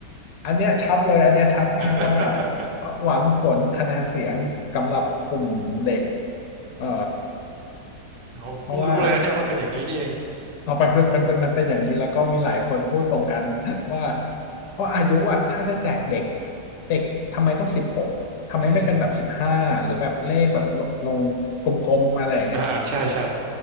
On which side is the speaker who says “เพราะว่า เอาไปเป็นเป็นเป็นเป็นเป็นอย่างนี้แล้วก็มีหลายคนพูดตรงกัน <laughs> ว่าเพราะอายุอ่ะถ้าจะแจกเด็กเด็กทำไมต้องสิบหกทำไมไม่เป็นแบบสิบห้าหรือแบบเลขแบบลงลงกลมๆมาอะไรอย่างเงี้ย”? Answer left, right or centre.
Left